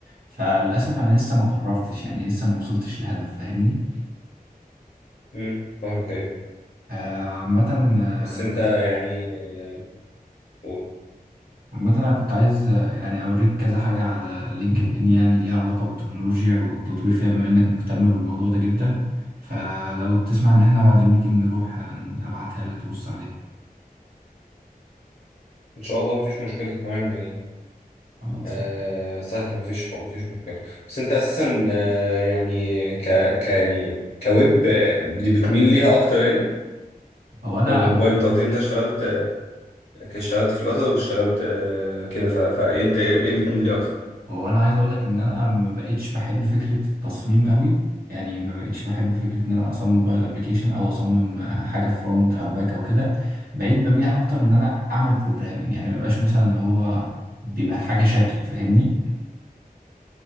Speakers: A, on the right; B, on the left.
A: فللأسف أنا لسه ما قررتش يعني لسه ما وصلتش لهدف فاهمني
B: امم فاهمك ايوه
A: آه، عامة آه،
B: بس
A: أنا
B: انت يعني آه، قول
A: عامة أنا كنت عايز آه، يعني أوريك كذا حاجة على لينكد إن يعني ليها علاقة بالتكنولوجيا والتطوير فيها بما إنك مهتم بالموضوع ده جدا فلو تسمح إن إحنا بعد الميتنج نروح آه، أبعتها لك تبص عليها
B: ان شاء الله مفيش مشكله تمام يعني
A: خلاص
B: آه، سهل مفيش حق مفيش مشكله بس انت اساسا آه، يعني ك ك يعني كويب آه، بتميل ليها اكتر يعني
A: هو أنا
B: ولا موبايل انت قلت لي انت اشتغلت اشتغلت فلاتر واشتغلت آه، كده ف... فانت ايه إيه بتميل لي اكتر
A: هو أنا عايز أقول لك إن أنا ما بقتش بحب فكرة التصميم قوي يعني ما بقتش بحب فكرة إن أنا أصمم موبايل أبليكيشن أو أصمم آه، حاجة فرونت أو باك أو كده بقيت بميل أكتر إن أنا أعمل بروجرامينج يعني ما بقاش مثلا اللي هو بيبقى الحاجة شكل فاهمني